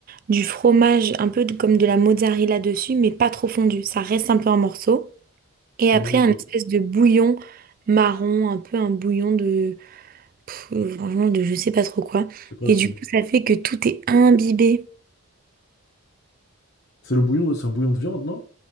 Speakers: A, on the right; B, on the left.
A: du fromage, un peu de- comme de la mozzarella dessus, mais pas trop fondu. Ça reste un peu en morceaux. Et après,
B: Ouais,
A: un
B: ok.
A: espèce de bouillon marron, un peu un bouillon de... pff, euh, franchement, de je sais pas trop quoi.
B: c'est quoi,
A: Et
B: c'est...
A: du coup, ça fait que tout est imbibé.
B: C'est le bouillon, c'est un bouillon de viande, non?